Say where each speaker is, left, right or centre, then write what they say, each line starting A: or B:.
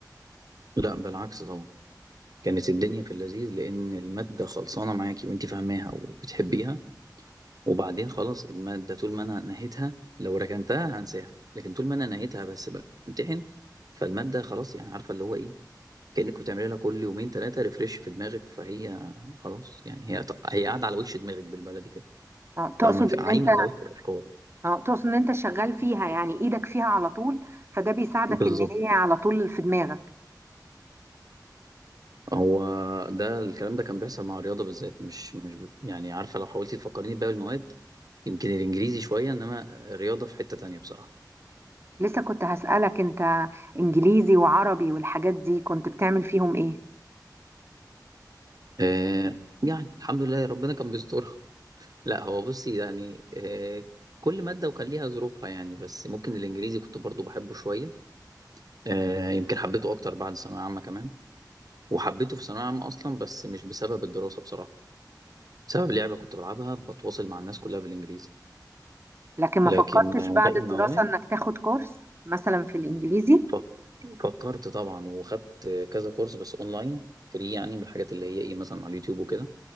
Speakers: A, on the right (about 60°); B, on the right (about 35°).
A: لا بالعكس طبعا كانت الدنيا في اللذيذ لأن المادة خلصانة معاكي وأنت فاهماها وبتحبيها وبعدين خلاص المادة طول ما أنا نهيتها لو ركنتها هنساها لكن طول ما أنا نهيتها بس بمتحن فالمادة خلاص يعني عارفة اللي هو إيه كأنك بتعملي لها كل يومين ثلاثة ريفريش في دماغك فهي خلاص يعني هي هي قاعدة على وش دماغك بالبلدي كده
B: اه تقصد
A: فاهمة الف...
B: ان
A: عايمة
B: انت
A: على وش الأفكار
B: اه تقصد ان انت شغال فيها يعني ايدك فيها على طول فده بيساعدك
A: بالظبط
B: ان هي على طول في دماغك
A: هو ده الكلام ده كان بيحصل مع الرياضة بالذات مش مش ب- يعني عارفة لو حاولتي تفكريني بباقي المواد يمكن الإنجليزي شوية إنما الرياضة في حتة تانية بصراحة
B: لسه كنت هسألك انت انجليزي وعربي والحاجات دي كنت بتعمل فيهم ايه
A: آه يعني الحمد لله ربنا كان بيسترها لا هو بصي يعني آه، كل مادة وكان ليها ظروفها يعني بس ممكن الإنجليزي كنت برضو بحبه شوية آه، يمكن حبيته أكتر بعد ثانوية عامة كمان وحبيته في ثانوية عامة أصلا بس مش بسبب الدراسة بصراحة بسبب لعبة كنت بلعبها بتواصل مع الناس كلها بالإنجليزي
B: لكن ما
A: لكن
B: فكرتش
A: آه،
B: بعد
A: باقي
B: الدراسة
A: المواد
B: انك تاخد كورس مثلا في الانجليزي
A: ف- فكرت طبعا وخدت كذا كورس بس أونلاين فري يعني من الحاجات اللي هي إيه مثلا على اليوتيوب وكده